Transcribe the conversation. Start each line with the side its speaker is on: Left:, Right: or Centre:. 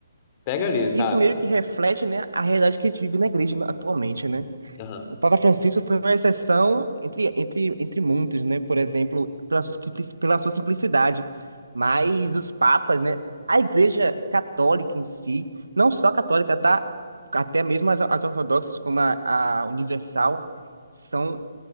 Left: pega ali, sabe?
Right: Isso meio que reflete, né, a realidade que a gente vive na igreja atualmente, né?
Left: Aham.
Right: O Papa Francisco foi uma exceção entre, entre, entre muitos, né? Por exemplo, pela sua, simpli- pela sua simplicidade. Mas os papas, né? A Igreja Católica em si, não só a católica, tá? Até mesmo as, as ortodoxas, como a, a Universal, são